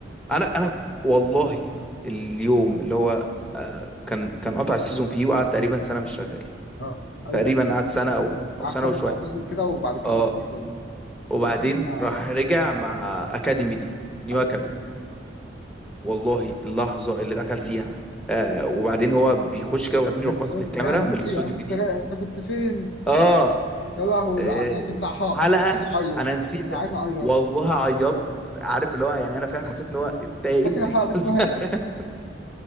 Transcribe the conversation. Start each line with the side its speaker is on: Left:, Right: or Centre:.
Centre: انا انا والله اليوم اللي هو آه، كان كان قطع السيزون فيه وقعد تقريبا سنه مش شغال
Left: اه ايوه
Centre: تقريبا قعد سنه او او
Left: احسن
Centre: سنه وشويه
Left: معتزل كده وبعد كده
Centre: اه
Left: رجع تاني
Centre: وبعدين
Left: بجد أنا-
Centre: راح رجع مع اكاديمي دي نيو
Left: أيوه.
Centre: اكاديمي والله اللحظه اللي دخل فيها آه وبعدين هو بيخش كده وبعدين يروح
Left: لكن
Centre: باص للكاميرا
Left: يا عزيزي
Centre: من الاستوديو
Left: انا كنت
Centre: الجديد
Left: غا- انت كنت فين
Centre: اه
Left: يا لهوي
Centre: آه،
Left: انا كنت عحاق
Centre: حلقه
Left: عايز اعيط
Centre: انا نسيت
Left: انا عايز اعيط
Centre: والله عيطت عارف اللي هو يعني انا فعلا حسيت ان هو انت يا
Left: فاكر
Centre: ابن
Left: الحلقه
Centre: الكلب
Left: دي اسمها ايه
Centre: <laughs>